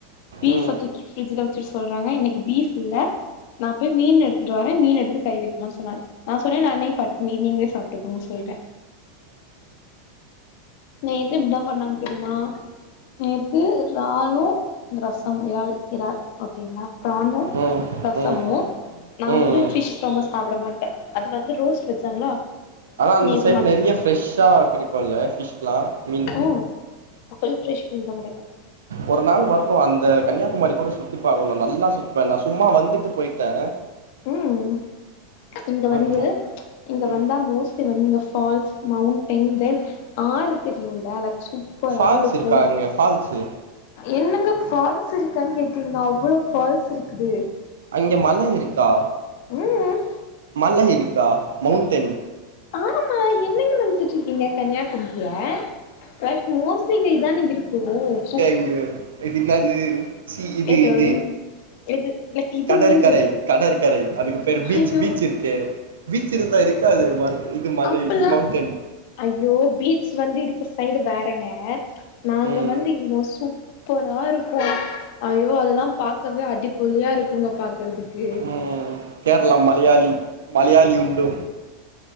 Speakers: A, on the left; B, on the right.
A: பீஃப
B: ம் ம் ம் ம்
A: தூக்கி ஃப்ரிட்ஜ்ல வச்சுடு சொல்றாங்க இன்னிக்கு பீஃப் இல்ல நா போய் மீன் எடுத்துட்டு வறே மீன் எடுத்து கைவைக்கலான் சொன்னா நா சொன்னே நா இன்னைக் பட்னி நீங்களே சாப்ட்டுக்கோங்கன் சொல்ட்டே நேத்து இப்தா பண்ணாங்க தெரிமா நேத்து ரானூ ரசம் யால் இறால் ஓகேங்ளா பிரானூ
B: ம் ம் ம்
A: ரசமூ நா
B: ம்
A: வந்து ஃபிஷ் ரொம்ப சாப்ட மாட்டே அது வந்து ரோஸ்ட் வச்சாங்களா
B: ஆனா அந்த
A: நேத்து
B: சைட்
A: மட்
B: நெறைய ஃபிரஷ்ஷா கெடிக்கூமல ஃபிஷ்லா மீன்
A: ம் <unintelligible> ஃப்ரஷ் மீன் தா கெடைக்கூ
B: ஒரு நாள் வரணு அந்த கன்னியாகுமாரி கூட சுத்தி பாக்கணு நல்லா சுத்துவே நா சும்மா வந்துட்டு போயிட்டே
A: ம் இங்க வந்து
B: வரணும்
A: இங்க
B: ம்
A: வந்தா மோஸ்ட் து வந்து இங்க ஃபால்ஸ் மவுண்டைன் தென் ஆறு தெரியுல லைக் சூப் பரா
B: ஃபால்ஸ்
A: இருக்கூ
B: இருக்கா அங்க ஃபால்ஸு
A: என்னங்க ஃபால்ஸ் இருக்கான் கேக்குறீங்க அவ்ளோ ஃபால்ஸ் இருக்குது
B: அங்கே மலை இருக்கா
A: ம்
B: மலை இருக்கா மௌண்டன்
A: ஆமா என்னங்க நெனச்சுட்ருக்கீங்க கன்னியாகும்ரிய ரைட் மோஸ்ட்லி இங்க இதானே இருக்கு சோ
B: ஏ இதுன்னாது சி இது
A: எது
B: இது
A: எது லைக் இது
B: கடற்கரை
A: மீன்ஸ் எது
B: கடற்கரை அதுக்கு பேரு பீச்
A: ஐயோ
B: பீச் இருக்கே பீச் இருந்தா இருக்காது ம இது மலை
A: அப்பல்லா
B: மௌவுண்டன்
A: ஐயோ பீச் வந்து இருக்க சைடு வேறங்க நாங்க
B: ம்
A: வந்து இங்க மோஸ் சூ ப்பரா இருக்கூ ஐயோ அதெல்லா பாக்கவே அடிப்பொலியா இருக்கூங்க பாக்கற்துக்கு
B: ம் கேரளா மலையாளி மலையாளி உண்டோ